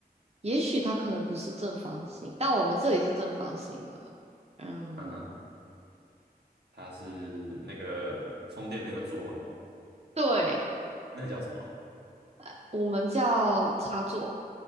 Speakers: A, on the right; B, on the right.
A: 也许它可能不是正方形，但我们这里是正方形的，嗯，
B: 嗯哼，它是那个充电那个座吗？
A: 对，
B: 那个叫什么啊
A: 呃我们叫插座。